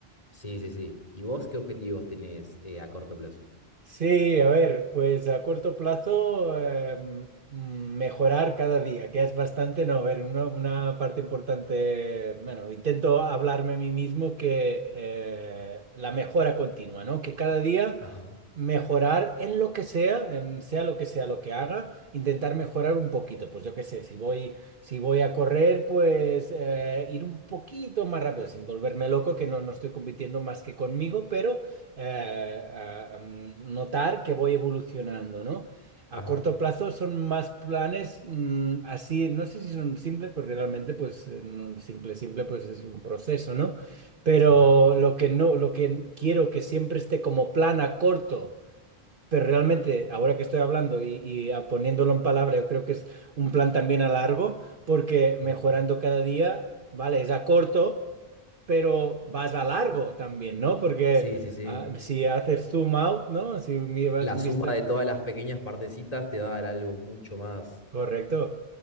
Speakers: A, on the left; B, on the right.
A: Sí, sí, sí. ¿Y vos qué objetivos tenés eh, a corto plazo?
B: Sí, a ver, pues a corto plazo eh, mm, mejorar cada día, que es bastante, no, a ver, una, una parte importante, bueno, intento hablarme a mí mismo que eh, la mejora continua, ¿no? Que cada día
A: Ajá,
B: mejorar en lo que sea, en sea lo que sea lo que haga, intentar mejorar un poquito. Pues yo qué sé, si voy, si voy a correr, pues eh, ir un poquito más rápido, sin volverme loco, que no, no estoy compitiendo más que conmigo, pero eh, ah, mm, notar que voy evolucionando, ¿no? A
A: ajá,
B: corto plazo son más planes mm, así, no sé si son simples, porque realmente pues eh, no- simple, simple pues es un proceso, ¿no? Pero
A: sí,
B: lo que no, lo que quiero que siempre esté como plan a corto. Pero realmente, ahora que estoy hablando y, y, ah, poniéndolo en palabra, yo creo que es un plan también a largo, porque
A: ajá.
B: mejorando cada día, vale, es a corto, pero vas a largo también, ¿no? Porque
A: Sí, sí, sí.
B: ah, si haces zoom out, ¿no? Si mi- vas
A: La
B: en
A: suma
B: vista,
A: de todas las pequeñas partecitas te va a dar algo mucho más.
B: Correcto.